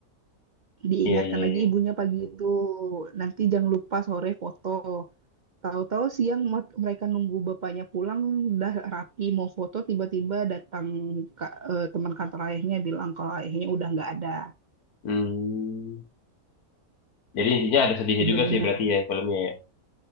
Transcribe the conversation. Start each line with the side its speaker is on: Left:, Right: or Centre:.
Right: Diingatkan
Left: iya, iya,
Right: lagi
Left: iya.
Right: ibunya pagi itu. Nanti jangan lupa sore foto. Tahu-tahu siang mat- mereka nunggu bapaknya pulang udah rapi mau foto tiba-tiba datang ka- eh, teman kantor ayahnya bilang kalau ayahnya udah nggak ada.
Left: Hmm. Jadi intinya ada sedihnya
Right: Bener-bener
Left: juga sih berarti ya filmnya ya.